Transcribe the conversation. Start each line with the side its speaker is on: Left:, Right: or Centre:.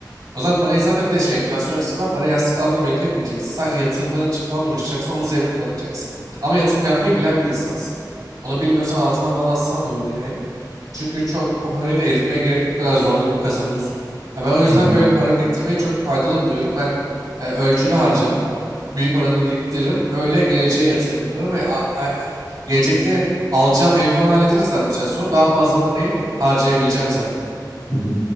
Right: O zaman parayı zaten bir de şey enflasyon riski var. Parayı yastık altında bekletmeyeceksin. Sadece yatırımların için falan uğraşacaksın. Onun zevkini alacaksın. Ama yatırım yapmayı bilen bir insansın. Onu bilmiyorsan altına falan atsan da olur yani. Çünkü çok o parayı da eritmeye gerek yok. O kadar zorlukla kazanıyorsun. Ya ben o yüzden
Left: Hı hı.
Right: böyle para biriktirmeyi çok faydalı buluyorum. Ben e, ölçülü harcarım. Büyük oranını biriktiririm. Öyle geleceğe yatırım yaparım ve a- a- gelecekte alacağım evi falan halledince zaten bu sene sonra daha fazla parayı harcayabileceğim zaten.
Left: Hı hı.